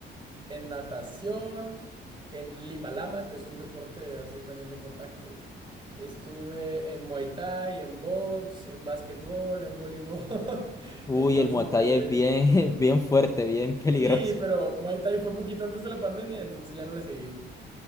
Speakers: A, on the right; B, on the left.
A: en natación, en Lima Lama, que es un deporte así también de contacto. Estuve en Muay Thai, en box, en básquetbol, en voleibol. <laughs>
B: Uy,
A: Entonces,
B: el Muay
A: pues
B: Thai es
A: sí.
B: bien, <laughs> bien fuerte, bien peligroso.
A: Sí, pero Muay Thai fue poquito antes de la pandemia, entonces ya no le seguí.